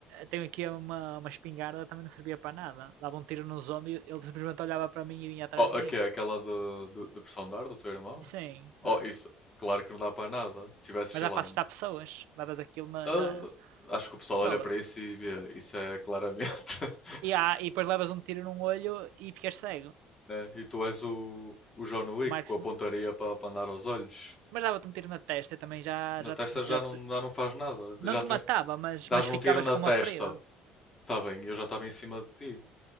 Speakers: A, on the right (about 80°); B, on the left (about 15°).
A: tenho aqui uma, uma espingarda, também não servia para nada. Dava um tiro no zombie, ele simplesmente olhava para mim e vinha atrás
B: Oh,
A: de mim.
B: aque- aquela do, do, do pressão de ar do teu irmão?
A: Sim,
B: Oh,
A: é.
B: isso, claro que não dá para nada. Se tivesse, sei
A: mas dá
B: lá,
A: para
B: uma.
A: assustar pessoas. Levas aquilo na.
B: Ah,
A: na...
B: acho que o pessoal olha
A: Bro,
B: para isso e vê, isso é claramente. <laughs>
A: e, há, e depois levas um tiro num olho e ficas cego.
B: né? E tu és o, o John Wick
A: Marksman.
B: com a pontaria para andar aos olhos.
A: Mas dava-te um tiro na testa e também já,
B: Na
A: já,
B: testa
A: já
B: já não,
A: te-
B: já não faz nada.
A: não
B: Já
A: te
B: tu,
A: matava, mas,
B: dás-me
A: mas ficavas
B: um tiro na
A: com
B: testa.
A: uma ferida.
B: Está bem, eu já estava em cima de ti.